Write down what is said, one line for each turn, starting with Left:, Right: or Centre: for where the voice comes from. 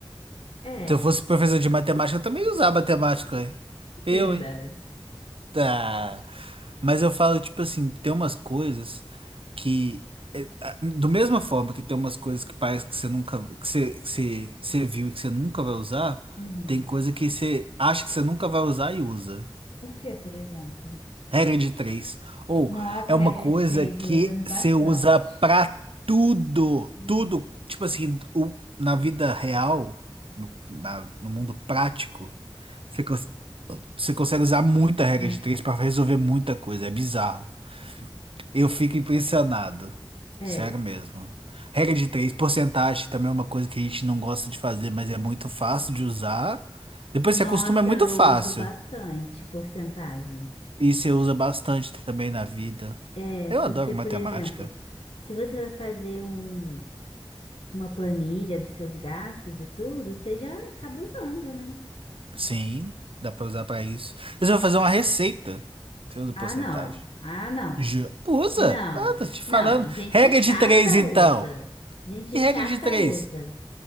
Left: É,
Right: Se eu fosse professor de matemática, eu também ia usar matemática. ué. Eu,
Left: verdade.
Right: hein? Tá. Mas eu falo, tipo assim, tem umas coisas que. é, a- Do mesma forma que tem umas coisas que parece que você nunca. Que você, que você, você viu e que você nunca vai usar,
Left: Uhum.
Right: tem coisa que você acha que você nunca vai usar e usa.
Left: O que, por exemplo?
Right: Regra de três. Ou
Left: Nossa,
Right: é
Left: a
Right: uma
Left: regra
Right: coisa
Left: de três
Right: que
Left: usa bastante.
Right: você usa pra tudo.
Left: Uhum.
Right: Tudo. Tipo assim, o- na vida real, no, na- no mundo prático. Você, cons- você consegue usar muita
Left: <laughs>
Right: regra de três para resolver muita coisa. É bizarro. Eu fico impressionado.
Left: É.
Right: Sério mesmo. Regra de três, porcentagem também é uma coisa que a gente não gosta de fazer, mas é muito fácil de usar. Depois
Left: Nossa,
Right: você acostuma, é muito
Left: eu
Right: fácil.
Left: uso bastante porcentagem.
Right: E você usa bastante também na vida.
Left: É
Right: Eu
Left: porque,
Right: adoro matemática.
Left: por exemplo, se você vai fazer um, uma planilha dos seus gastos e tudo, você já acaba usando, né?
Right: Sim, dá para usar para isso. Você vai fazer uma receita. Você usa
Left: Ah,
Right: porcentagem.
Left: não. Ah, não.
Right: Ju- Usa?
Left: Não.
Right: Ah, tô te falando.
Left: Não. Gente
Right: Regra
Left: chata
Right: de três, então.
Left: usa. Gente
Right: E
Left: chata
Right: regra de três?
Left: usa.